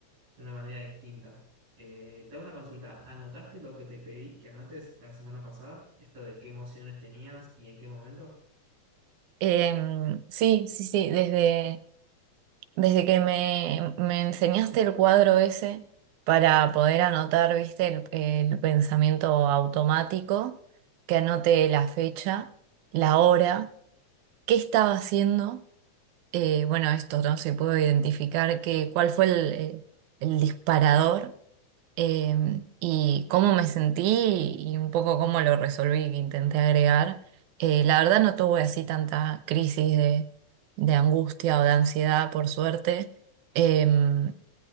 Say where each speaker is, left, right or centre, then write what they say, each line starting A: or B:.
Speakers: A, on the right; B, on the right.
A: de una manera distinta. Eh, te hago una consulta, ¿anotaste lo que te pedí que anotes la semana pasada? Esto de qué emociones tenías y en qué momento.
B: Em, sí, sí, sí, desde... Desde que me, me enseñaste el cuadro ese para poder anotar, viste, el, el pensamiento automático, que anote la fecha, la hora, qué estaba haciendo eh, bueno, esto, ¿no? Se puedo identificar que, cuál fue el, eh, el disparador eh, y cómo me sentí y un poco cómo lo resolví, que intenté agregar. Eh, la verdad no tuve así tanta crisis de, de angustia o de ansiedad, por suerte. Em,